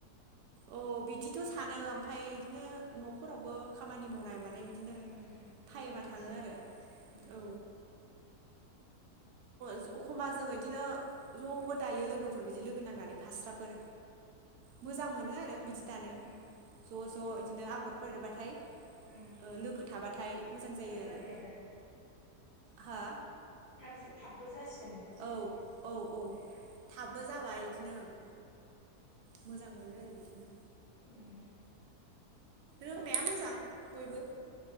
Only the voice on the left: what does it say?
उम बेबो
मोनसे
ओं
उम
ओं
थाब जाबाय
थाब जा थाबबो जासि
उम।